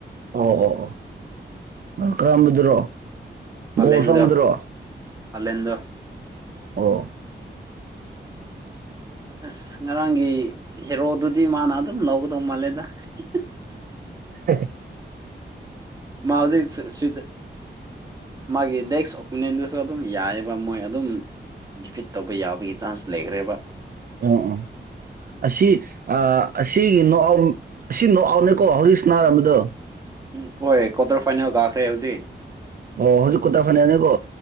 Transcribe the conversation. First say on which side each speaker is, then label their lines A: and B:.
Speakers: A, on the right (about 50°); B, on the right (about 20°).
A: ꯑꯣ ꯑꯣ ꯑꯣ ꯀꯔꯝꯕꯗꯨꯔꯣ
B: ꯍꯥꯂꯦꯟꯗꯣ
A: ꯒꯣꯜ ꯁꯪꯕꯗꯨꯔꯣ
B: ꯍꯥꯂꯦꯟꯗꯣ
A: ꯑꯣ
B: ꯑꯁ ꯉꯔꯥꯡꯒꯤ ꯍꯦꯔꯣꯗꯨꯗꯤ ꯃꯥꯅ ꯑꯗꯨꯝ ꯂꯧꯒꯗꯧ ꯃꯥꯜꯂꯦꯗ ꯍꯤꯍꯤ
A: ꯍ
B: ꯃꯥ ꯍꯧꯖꯤꯛ ꯁꯤ ꯁ꯭ꯋꯤꯖ ꯃꯥꯒꯤ ꯅꯦꯛꯁ ꯑꯣꯄꯣꯅꯦꯟꯗꯨꯁꯨ ꯑꯗꯨꯝ ꯌꯥꯏꯑꯦꯕ ꯃꯣꯏ ꯑꯗꯨꯝ ꯗꯤꯐꯤꯠ ꯇꯧꯕ ꯌꯥꯕꯒꯤ ꯆꯥꯟꯁ ꯂꯩꯒ꯭ꯔꯦꯕ
A: ꯎꯝ ꯎꯝ ꯑꯁꯤ ꯑ ꯑꯁꯤꯒꯤ ꯅꯣ ꯑꯥꯎ ꯑꯁꯤ ꯅꯣꯛꯑꯥꯎꯠꯅꯦꯀꯣ ꯍꯧꯖꯤꯛ ꯁꯟꯅꯔꯝꯕꯗꯨ
B: ꯎꯝ ꯍꯣꯏ ꯀ꯭ꯋꯥꯇꯔ ꯐꯥꯏꯅꯦꯜ ꯀꯥꯈ꯭ꯔꯦ ꯍꯧꯖꯤꯛ
A: ꯑꯣ ꯍꯧꯖꯤꯛ ꯀꯣꯠꯇ ꯐꯥꯏꯅꯦꯜꯅꯦꯀꯣ